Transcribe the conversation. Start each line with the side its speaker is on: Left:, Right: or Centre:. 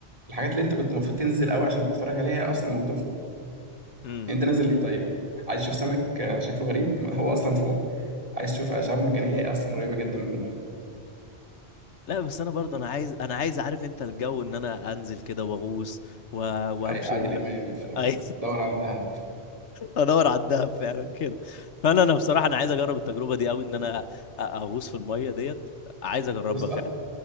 Right: الحاجات اللي انت كنت المفروض تنزل قوي عشان تتفرج عليها هي اصلا موجوده فوق
Left: مم.
Right: انت نازل ليه طيب عايز تشوف سمك آه، شكله غريب <laughs> ما هو اصلا فوق عايز تشوف اشعاب مرجانيه هي اصلا قريبه جدا من الميه
Left: لا بس انا برضه انا عايز انا عايز عارف انت الجو ان انا انزل كده واغوص و... وامشي
Right: فعادل
Left: و...
Right: امام
Left: <laughs>
Right: فدور
Left: عايز
Right: عن دهب
Left: ادور على الدهب فعلا كده فانا انا بصراحه انا عايز اجرب التجربه دي قوي ان انا أ- اغوص في الميه ديت عايز اجربها
Right: بص
Left: فعلا
Right: أك-